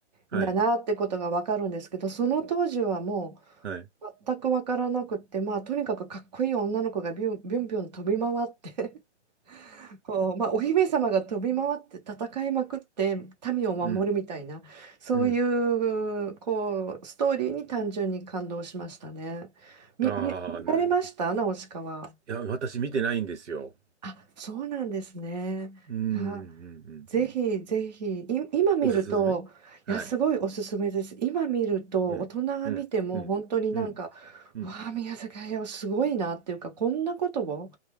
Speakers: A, on the right (about 70°); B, on the right (about 35°).
A: はい、
B: んだなってことが分かるんですけどその当時はも
A: はい。
B: う全く分からなくってまあとにかくかっこいい女の子がビュンビュンビュン飛び回って <laughs> こう、まあ、お姫様が飛び回って戦いまくって民を守るみたいなそうい
A: うん、うん。
B: う、こうストーリーに単純に感動しましたね。み、
A: ああ、
B: み、見られましたナウシカは。
A: なるほど。いや、私見てないんですよ。
B: あ、そうなんですね。
A: うん、うん、
B: いや、
A: うん、
B: ぜひぜひ、
A: うん。うん
B: い、今見ると、
A: おすすめはい。
B: いや、すごいおすすめです。今見ると、
A: うん。
B: 大人が見ても本当になんか、
A: うん。うん。うん。うん。
B: わあ、宮崎駿すごいなっていうか、こんなことを。